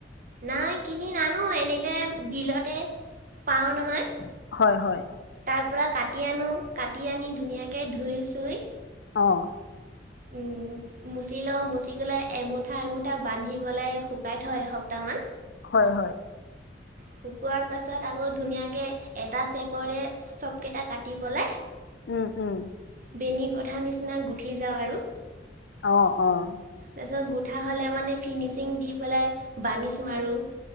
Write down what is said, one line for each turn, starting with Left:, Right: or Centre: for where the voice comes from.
Right: নাই কিনি নানো এনেকে বিলতে পাওঁ নহয়।
Left: হয়, হয়।
Right: তাৰ পৰাৰা কাটি আনো, কাটি আনি ধুনীয়াকে ধুই চুই।
Left: অ'। <inaudible>
Right: উম মুচি লওঁ, মুচি কলাই এমুঠা, এমুঠা বান্ধি পেলাই শুকাই থওঁ এসপ্তাহ মান।
Left: হয়, হয়।
Right: শুকোৱাৰ পাছত আকৌ ধুনীয়াকৈ এটা চেপৰে চবকেইটা কাটি বলে।
Left: উম, উম।
Right: বেনী গধা নিচিনা গুঠি যাওঁ আৰু।
Left: অ', অ'।
Right: তাৰপিছত গুঠা হ'লে মানে ফিনিচিং দি পেলাই বানিছ মাৰোঁ।